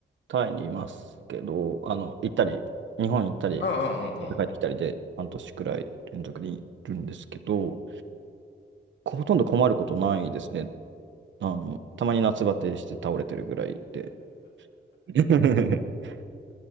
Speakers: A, on the right; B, on the left.
A: タイにいますけど、あの、行ったり、日本行ったり、
B: うんうんうんうん。
A: また帰ってきたりで、半年くらい連続でいるんですけど、ほとんど困ることないですね。あの、たまに夏バテして倒れてるぐらいで。<laughs>